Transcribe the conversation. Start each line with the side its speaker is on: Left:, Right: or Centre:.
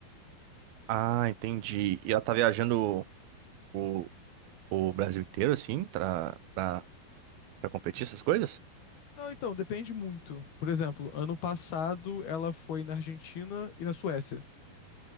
Right: Ah, entendi. E ela tá viajando o, o Brasil inteiro, assim, pra, pra, pra competir essas coisas?
Left: Não, então depende muito. Por exemplo, ano passado ela foi na Argentina e na Suécia.